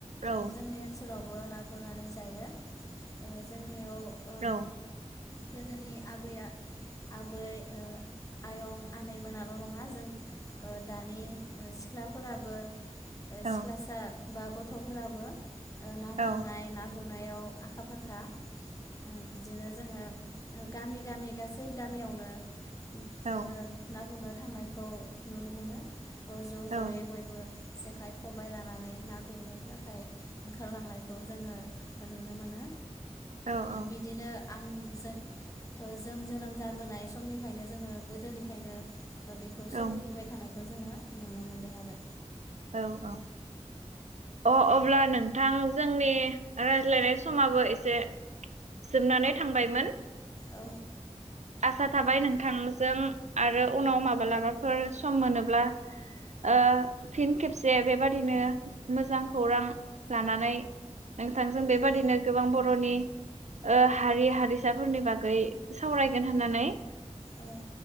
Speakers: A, on the right; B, on the left.
A: औ
B: जोंनि ओन्सोलावबो ना गुरनानै जायो। ओ जोंनियाव ओ
A: औ
B: गोदोनि आबैया आबै ओ आयं आनै मोनाल' नङा जों ओ दानि ओ सि ख्लाफोराबो ओ
A: औ
B: सिख्लासा बा गथफोराबो ओ ना हमनाय
A: औ
B: ना गुर नायाव आखा फाखा। ओ बिदिनो जोङो ओ गामि गामि गासै गामियावनो जोङो
A: औ
B: ना गुरनो थांनायखौ नुनो मोनो ओ जयै
A: औ
B: बयबो जेखाइ, खबाय लानानै ना गुरनो थाखाय ओंखारलांनायखौ जोङो नुनो मोनो।
A: औ
B: बिदिनो आंजों ओ जों जोनोम जाबोनाय समनिफ्रायनो जोङो गोदोनिफायनो बेखौ सोलिबोबाय
A: औ
B: थानाय खौ जोङो नुनो मोन दों आरो
A: औ औ अ अब्ला नोंथां जोंनि रायज्लायनाय समाबो एसे जोबनानै थांबायमोन।
B: औ
A: आसा थाबाय नोंथांजों आरो उनाव माबालाबाफोर सम मोनोब्ला ओ फिन खेबसे बेबादिनो मोजां खौरां लानानै नोंथांजों बेबादिनो
B: औ
A: गोबां बरनि ओ हारि हारिसाफोरनि बागै सावराय गोन होननानै।
B: औ